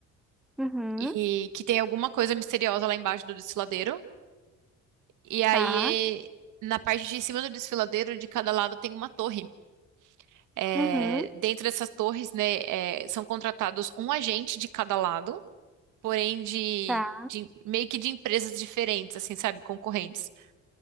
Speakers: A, in the centre; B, on the right (about 85°).
A: uhum,
B: e que tem alguma coisa misteriosa lá embaixo do desfiladeiro. E aí,
A: tá,
B: na parte de cima do desfiladeiro, de cada lado tem uma torre. É,
A: uhum,
B: dentro dessas torres, né, é, são contratados um agente de cada lado. porém de,
A: tá,
B: de- meio que de empresas diferentes, assim, sabe, concorrentes.